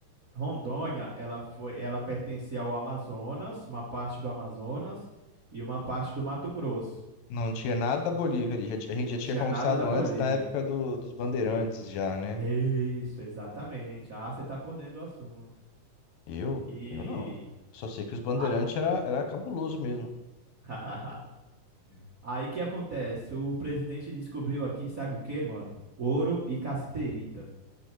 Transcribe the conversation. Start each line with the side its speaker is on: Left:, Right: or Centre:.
Right: Rondônia, ela foi, ela pertencia ao Amazonas, uma parte do Amazonas e uma parte do Mato Grosso.
Left: Não tinha nada da Bolívia ali, já ti- a gente
Right: Não
Left: já tinha
Right: tinha
Left: conquistado
Right: nada da Bolívia.
Left: antes, na época do- dos Bandeirantes já, né?
Right: É Isso, exatamente. Ah, você tá por dentro do assunto.
Left: Eu?
Right: E
Left: Eu não. Só sei que os Bandeirantes
Right: Ah,
Left: era, era cabuloso mesmo.
Right: <laughs> aí que acontece? O presidente descobriu aqui, sabe o que mano? Ouro e cassiterita.